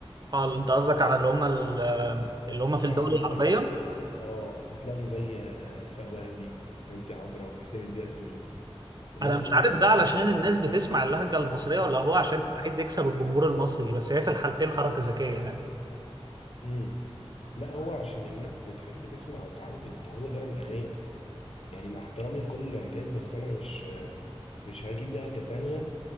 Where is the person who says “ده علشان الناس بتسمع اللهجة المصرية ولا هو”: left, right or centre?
Right